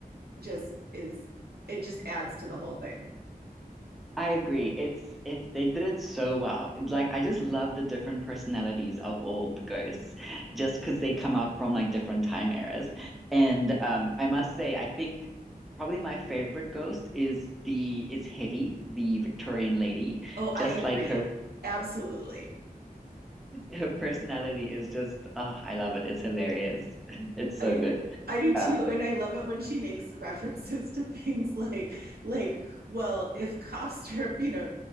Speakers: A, on the right (about 85°); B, in the centre.
A: just is it just adds to the whole thing.
B: I agree. It's it's they did it so well. Like I just love the different personalities of all the ghosts, just because they come out from like different time eras. And um, I must say, I think probably my favorite ghost is the is Hetty, the Victorian lady.
A: Oh, I
B: Just
A: agree.
B: like her
A: Absolutely.
B: her personality is just oh, I love it. It's hilarious. <laughs> It's so
A: I
B: good.
A: I do too
B: Um,
A: and I love it when she makes references <laughs> to things like like well, if cough syrup, you know,